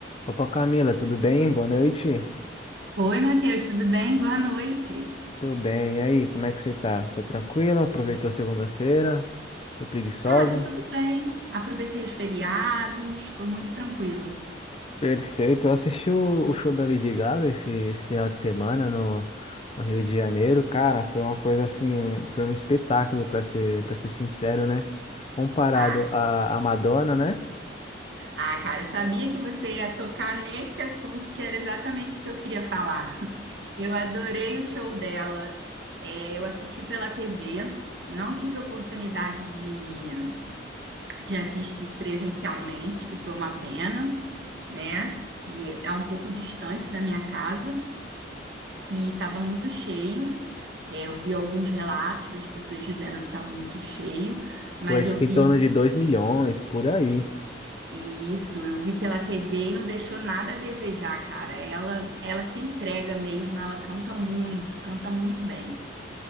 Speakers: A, on the left (about 30°); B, on the right (about 65°).
A: Opa, Camila, tudo bem? Boa noite.
B: Oi, Matheus, tudo bem? Boa noite.
A: Tudo bem. E aí, como é que você tá? Tá tranquila? Aproveitou a segunda-feira? Foi preguiçosa?
B: Ah, tá tudo bem. Aproveitei os feriados, tô muito tranquila.
A: Perfeito. Eu assisti o, o show da Lady Gaga esse, esse final de semana no, no Rio de Janeiro. Cara, foi uma coisa assim, um- foi um espetáculo, pra ser, para ser sincero, né? Comparado
B: Ah,
A: à, à Madonna, né?
B: ah, cara, eu sabia que você ia tocar nesse assunto que era exatamente o que eu queria falar. <laughs> Eu adorei o show dela. É, eu assisti pela TV, não tive oportunidade de, de assistir presencialmente, que foi uma pena, né? Que é um pouco distante da minha casa. e estava muito cheio. É, eu vi alguns relatos das pessoas dizendo que estava muito cheio, mas
A: Eu acho
B: eu
A: que
B: vi
A: em torno de 2 milhões, por aí.
B: isso, eu vi pela TV e não deixou nada a desejar, cara. Ela, ela se entrega mesmo, ela canta muito, canta muito bem.